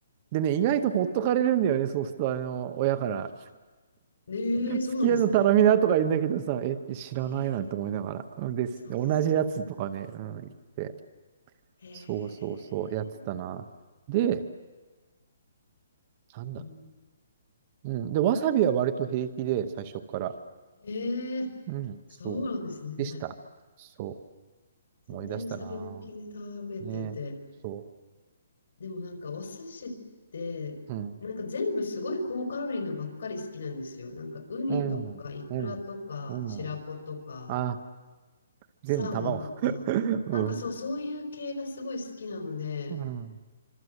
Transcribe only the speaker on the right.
でね、意外とほっとかれるんだよね、そうすると、あの、親から。
すき家の頼みなとか言うんだけどさ、え、知らないなって思いながら。
うんです。
同じやつとかね、うん、言って。
そうそうそう、やってたな。で、なんだろ
う。うん。で、わさびは割と平気で、最初から。
うん、
そう。でした。そ
う。思い出したなぁ。ねえ、そ
う。うん、
うん、うん、うん。あ、全部卵。
<laughs>
うん、
うん、